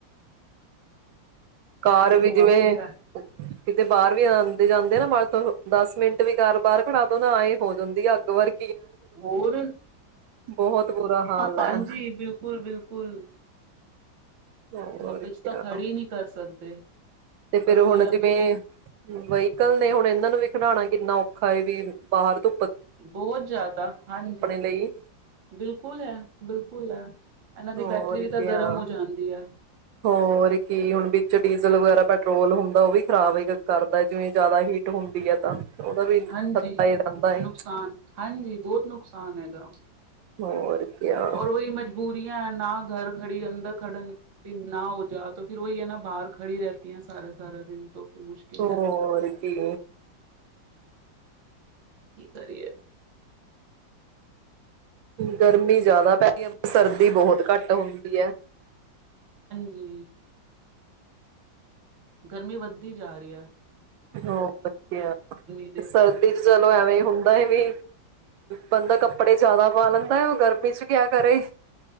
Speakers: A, on the right (about 80°); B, on the right (about 45°).
A: ਕਾਰ ਵੀ ਜਿਵੇਂ
B: ਆਖੀਦਾ
A: ਕਿਤੇ ਬਾਹਰ ਵੀ ਆਉਦੇ ਜਾਂਦੇ ਨਾ ਮ ਦੱਸ ਮਿੰਟ ਵੀ ਕਾਰ ਬਾਹਰ ਖੜਾ ਦੋ ਨਾ ਇਹ ਹੋ ਜਾਂਦੀ ਆ ਅੱਗ ਵਾਰੀ
B: ਹੋਰ
A: ਬਹੁਤ ਬੁਰਾ ਹਾਲ
B: ਹਾਂਜੀ
A: ਹੈ
B: ਬਿਲਕੁਲ ਬਿਲਕੁਲ
A: ਹੋਰ
B: ਧੋੱਪੇ
A: ਕਿਆ
B: ਚ ਤਾਂ ਖੜੇ ਨਹੀਂ ਕਰ ਸਕਦੇ
A: ਤੇ ਫੇਿਰ
B: ਪਰ ਉਹੀ
A: ਹੁਣ
B: ਹੈ
A: ਜਿਵੇਂ
B: ਮਜਬੂਰੀ
A: ਮੁੰਬਈ ਨਿਕਲ ਨੇ ਹੁਣ ਇਹਨਾਂ ਨੂੰ ਵੀ ਖਿਡਉਣਾ ਕਿੰਨਾ ਔਖਾ ਏ ਵੀ ਬਾਹਰ ਧ
B: ਬਹੁਤ ਜ਼ਿਆਦਾ ਹਾਂਜੀ
A: ਲਈ
B: ਬਿਲਕੁਲ ਹੈ ਬਿਲਕੁਲ ਹੈ ਇਹਨਾਂ ਦੀ
A: ਹੋਰ
B: ਬੈਟਰੀ ਵੀ ਤਾਂ
A: ਕ
B: ਗਰਮ
A: ਆ
B: ਹੋ ਜਾਂਦੀ ਹੈ
A: ਹੋਰ ਕੀ ਹੁਣ ਵਿੱਚ ਡੀਜ਼ਲ ਵਗੈਰਾ ਪੈਟਰੋਲ ਹੁੰਦਾ ਉਹ ਵੀ ਖ਼ਰਾਬ ਹੀ ਕਰਦਾ ਜਿਵੇਂ ਜ਼ਿਆਦਾ ਹੀਟ ਹੁੰਦੀ ਹੈ ਤਾਂ ਉਹਦਾ ਵੀ ਖਤਰਾ
B: ਹਾਂਜੀ
A: ਹੀ ਰਹਿੰਦਾ ਹੈ
B: ਨੁਕਸਾਨ ਹਾਂਜੀ ਬਹੁਤ ਨੁਕਸਾਨ ਆੁਸਾਨ ਹੈਗਾ
A: ਹੋਰ ਕਿਆ
B: ਔਰ ਉਹੀ ਮਜਬੂਰੀਆਂ ਨਾ ਘਰ ਖੜੀ ਅੰਦਰ ਖੜਨ ਦਿਨ ਨਾ ਹੋ ਜਾ ਤਾਂ ਫਿਰ ਉਹਹੀ ਹੈ ਨਾ ਬਾਹਰ ਖੜੀ ਰਤੀ ਹੈ ਸਾਰੇ ਸਾਰਾ ਦਿਨ ਤੋਂ ਫਿਰ ਮੁਸ਼ਕਿਲ
A: ਹੋਰ
B: ਹੈ
A: ਕੀ
B: ਕੀ ਕਰਿਅੇ
A: ਗਰਮੀ ਜਿਆਦਾ ਪੈ ਗ ਹੈ ਸਰਦੀ ਬਹੁਤ ਘੱਟ ਹੁੰਦੀ ਐ।
B: ਜੀ। ਗਰਮੀ ਵੱਧਦੀ ਜਾ ਰੀ ਐ।
A: ਹੋਰ ਵਧੀਆ
B: ਦੇ
A: ਸਰਦੀ ਚ ਚਲੋ ਐਵੇਂ ਹੁੰਦਾ ਐ ਵੀ ਬੰਦਾ ਕੱਪੜੇ ਜ਼ਿਆਦਾ ਪਾ ਲੈਂਦਾ ਗਰਮੀ ਚ ਕਿਆ ਕਰੇ?